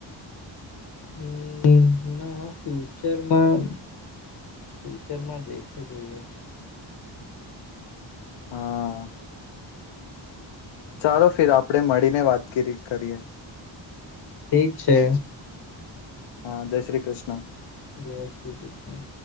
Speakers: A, on the left (about 55°); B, on the left (about 75°).
A: હમ્મ, ના ફ્યુચરમાં ફ્યુચરમાં દેખવુ જોઈએ.
B: હા. ચાલો ફિર આપણે મળીને વાતગીરી કરીએ.
A: ઠીક છે.
B: હા જય શ્રી કૃષ્ણ.
A: જય શ્રી કૃષ્ણ.